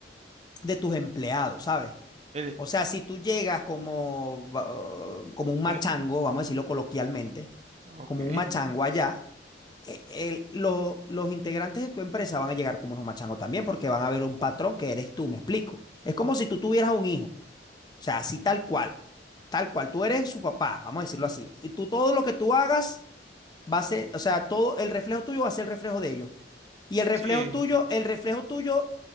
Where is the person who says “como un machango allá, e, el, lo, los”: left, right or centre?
Left